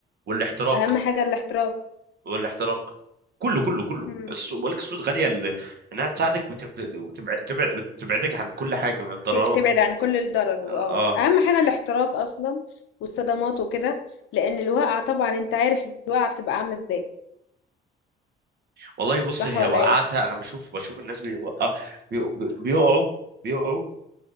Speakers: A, on the right; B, on the left.
A: والاحتراق
B: أهم حاجة الاحتراق،
A: والاحتراق كله كله كله
B: إمم،
A: السوق بقول لك السوق غاليه ل... انها تساعدك وتبعدك وتبع... تبع- تبعدك عن كل حاجه من الضررات
B: ت تبعد عن كل الضرر
A: اه
B: وآه،
A: آه.
B: أهم حاجة الاحتراق أصلًا والصدمات وكده، لأن الواقعة طبعًا أنت عارف الواقعة بتبقى عاملة إزاي،
A: والله بص
B: صح
A: هي
B: والّا
A: وقعتها
B: إيه؟
A: انا بشوف بشوف الناس بيوقع بي... بي- بيقعوا بيقعوا